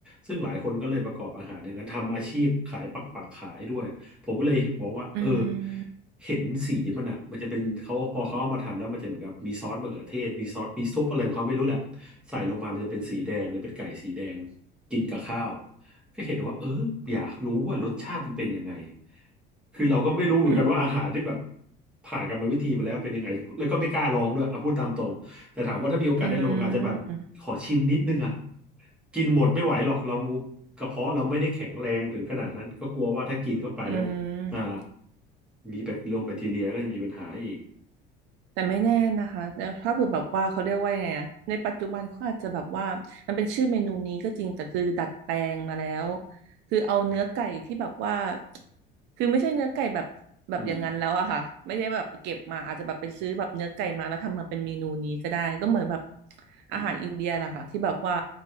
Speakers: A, in the centre; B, on the right (about 65°).
A: ซึ่งหลายคนก็เลยประกอบอาหารอย่างนั้นทำอาชีพขายปักปักขายด้วยผมก็เลยบอกว่าเออ
B: อืม
A: เห็นสีมันอ่ะมันจะเป็นเขาพอเขาเอามาทำแล้วมันจะเหมือนกับมีซอสมะเขือเทศมีซอสมีซุปอะไรของเขาไม่รู้แหละใส่ลงมามันจะเป็นสีแดงเลยเป็นไก่สีแดงกินกับข้าว ก็เห็นว่าเอออยากรู้ว่ารสชาติมันเป็นยังไงคือเราก็ไม่รู้เหมือนกันว่าอาหารที่แบบ
B: อ
A: ผ่านกรรมวิธีมาแล้วเป็นยังไงแล้วก็ไม่กล้าลองด้วยเอาพูดตามตรงแต่ถามว่าถ้ามีโอกาสได้ลองอาจจะแบบขอชิมนิดนึงอ่ะ
B: ืม
A: กินหมดไม่ไหวหรอกเรากระเพาะเราไม่ได้แข็งแรงถึงขนาดนั้นก็กลัวว่าถ้ากินเข้าไปแล้ว
B: อืม
A: อ่ามีแบคทีเรียก็จะมีปัญหาอีก
B: แต่ไม่แน่นะคะแต่ถ้าเผื่อแบบว่าเขาเรียกว่ายังไงอะในปัจจุบันเขาอาจจะแบบว่ามันเป็นชื่อเมนูนี้ก็จริงแต่คือดัดแปลงมาแล้วคือเอาเนื้อไก่ที่แบบว่าคือไม่ใช่เนื้อไก่แบบแบบอย่างนั้นแล้วอะค่ะไม่ได้แบบเก็บมาอาจจะแบบไปซื้อแบบเนื้อไก่มาแล้วทำมาเป็นเมนูนี้ก็ได้ก็เหมือนแบบ
A: อืมอืม
B: อาหารอินเดียแหละค่ะที่แบบว่า